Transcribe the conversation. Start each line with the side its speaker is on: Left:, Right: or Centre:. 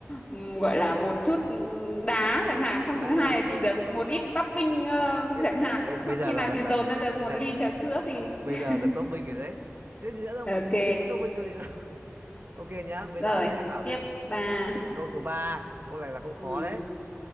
Left: ừm, gọi là một chút ừm, đá chẳng hạn, xong
Right: à,
Left: thứ
Right: à
Left: hai
Right: đúng
Left: là chị
Right: rồi
Left: được một ít topping ờ,
Right: bây,
Left: chẳng hạn,
Right: bây,
Left: xong
Right: bây giờ
Left: khi
Right: là
Left: nào
Right: đã,
Left: chị
Right: đã,
Left: dồn ra được
Right: thế
Left: một
Right: nè,
Left: ly trà sữa thì
Right: bây
Left: <laughs>
Right: giờ được top binh rồi đấy thế thì nữa đâu
Left: ok.
Right: mà chỉ được có mỗi top binh thôi thì sao <laughs> ok nhá bây
Left: Rồi,
Right: giờ là em bảo
Left: tiếp
Right: này
Left: bà.
Right: câu số 3. câu này là câu khó
Left: Ừ,
Right: đấy